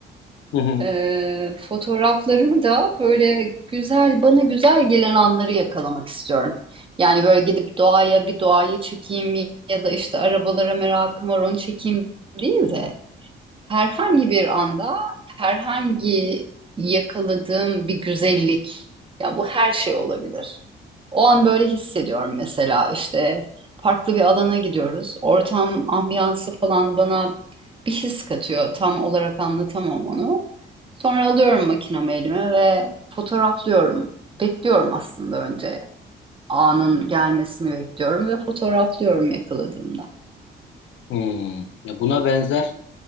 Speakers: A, on the left; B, on the right.
A: Hı hı.
B: Ee, fotoğraflarımı da böyle güzel, bana güzel gelen anları yakalamak istiyorum. Yani böyle gidip doğaya bir doğayı çekeyim ya da işte arabalara merakım var onu çekeyim değil de. Herhangi bir anda herhangi yakaladığım bir güzellik ya bu her şey olabilir. O an böyle hissediyorum mesela işte farklı bir alana gidiyoruz. Ortam, ambiyansı falan bana bir his katıyor. Tam olarak anlatamam onu. Sonra alıyorum makinamı elime ve fotoğraflıyorum. Bekliyorum aslında önce anın gelmesini bekliyorum ve fotoğraflıyorum yakaladığımda.
A: Hmm. Ya buna benzer